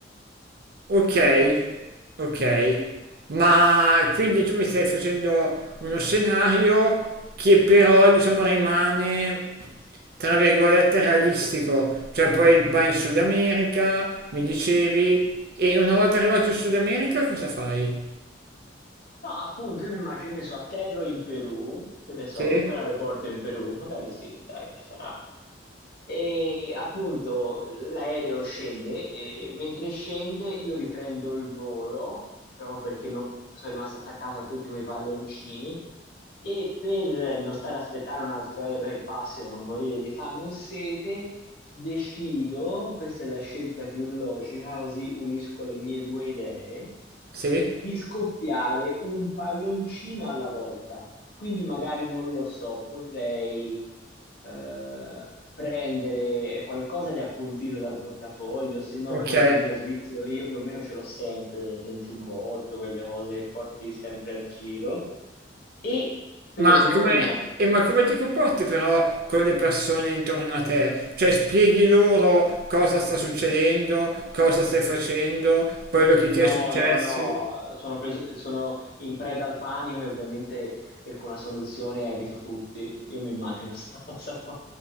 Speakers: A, on the right; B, on the left.
A: Ok, ok, ma quindi tu mi stai facendo uno scenario che però diciamo rimane tra virgolette realistico, cioè poi vai in Sud America, mi dicevi, e una volta arrivato in Sud America cosa fai?
B: No, appunto, io mi immagino, che ne so, atterro in Perù, che ne so,
A: Sì,
B: c'è un aeroporto in Perù, magari sì, dai, ci sarà. E appunto l'aereo scende e mentre scende io riprendo il volo proprio perché non- sono rimasto attaccato a tutti quei palloncini e per non stare a aspettare un altro aereo che passi o non morire di fame o sete, decido, questa è la scelta più logica, così unisco le mie due idee,
A: sì,
B: di scoppiare un palloncino alla volta. Quindi magari non lo so, potrei eh, prendere qualcosa di appuntito dal portafoglio, se no
A: ok,
B: il coltellino svizzero che io più o meno ce l'ho sempre nel giubbotto, quelle cose che porti sempre a giro. E per
A: Ma
B: non...
A: come, e ma come ti comporti però con le persone intorno a te? Cioè spieghi loro cosa sta succedendo, cosa stai facendo, quello che ti
B: No,
A: è successo?
B: no, no, sono preso, sono in preda al panico e ovviamente cerco una soluzione e evito tutti. Io mi immagino <laughs> sta cosa qua.